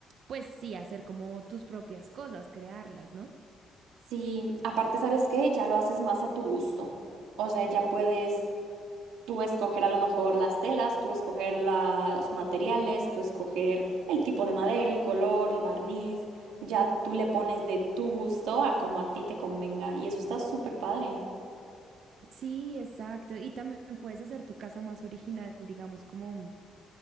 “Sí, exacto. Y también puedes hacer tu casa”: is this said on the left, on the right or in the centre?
Right